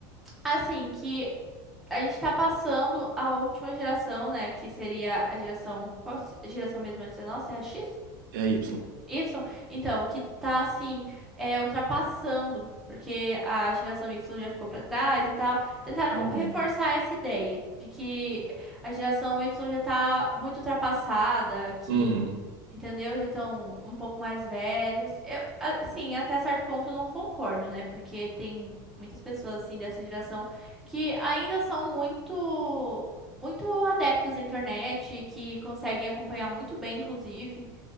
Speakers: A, in the centre; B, on the right.
A: assim, que a gente está passando a última geração, né? Que seria a geração. Qual geração mesmo antes da nossa? É a X?
B: é a Y.
A: Y, então, que tá assim, é, ultrapassando, porque a geração Y já ficou pra trás e tal. Tentaram
B: Uhum,
A: reforçar essa ideia de que a geração Y já tá muito ultrapassada, que,
B: uhum.
A: entendeu? Já estão um pouco mais velhos. Eu, assim, até certo ponto eu não concordo, né? Porque tem muitas pessoas assim dessa geração que ainda são muito muito adeptos à internet, que conseguem acompanhar muito bem, inclusive.